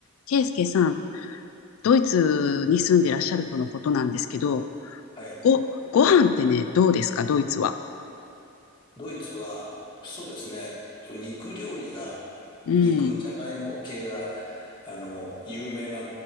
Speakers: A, on the left; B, on the left.
A: ケイスケさん、ドイツに住んでらっしゃるとのことなんですけど、
B: はい。
A: ご、ご飯ってね、どうですか、ドイツは。
B: ドイツは、そうですね、と肉料理が、
A: うん、
B: 肉、じゃがいも系が、あの、有名な